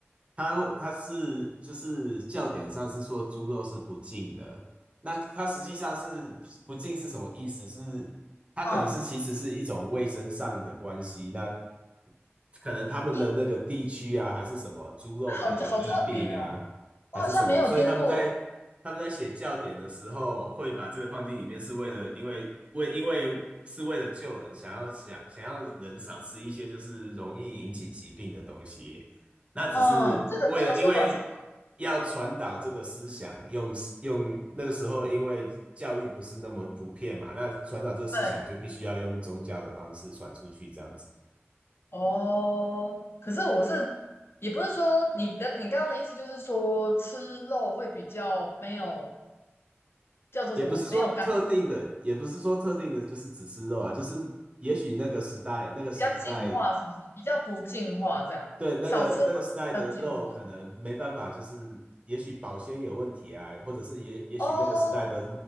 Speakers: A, on the right; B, on the left.
A: 它它是就是教典上是说猪肉是不净的，那它实际上是不净是什么意思？是它可能是其实是一种卫生上的关系，
B: 嗯，
A: 那可能他们的那个地区啊，
B: 应
A: 还是什么猪肉可能有疫病啊，
B: 好好特别哦，我好像没有听过，
A: 还是什么，所以他们在他们在写教典的时候，会把这个放进里面，是为了因为为因为是为了救人，想要想想要人少吃一些就是容易引起疾病的东西。那只是为了因为要传导这个思想，
B: 嗯，这个这个说法是
A: 用用那个时候因为教育不是那么普遍嘛，那传导这个思想就必须要用宗教的方式传出去，
B: 对。
A: 这样子。
B: 哦，可是我是，也不是说你的，你刚刚的意思就是说吃肉会比较没有叫做什么，
A: 也不是说特定的，
B: 没有干，
A: 也不是说特定的，就是只吃肉啊，就是也许那个时代，那个时代
B: 比较净化，是不是？比较不净化这样，
A: 对，那个那个时代的肉可能没办法，
B: 少吃肉比较净化。
A: 就是也许保鲜有问题啊，或者是也也许那个时代的
B: 哦